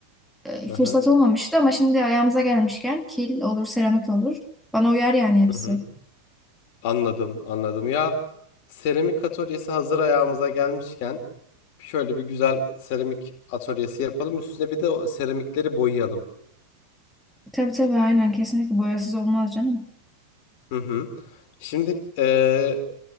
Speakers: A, in the centre; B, on the left (about 45°).
A: Ee,
B: Hı
A: fırsat
B: hı.
A: olmamıştı ama şimdi ayağımıza gelmişken kil olur, seramik olur. Bana uyar yani hepsi.
B: Hı hı. Anladım, anladım. Ya seramik atölyesi hazır ayağımıza gelmişken şöyle bir güzel seramik atölyesi yapalım. Üstüne bir de o seramikleri boyayalım.
A: Tabii tabii aynen kesinlikle boyasız olmaz canım.
B: Hı hı. Şimdi eee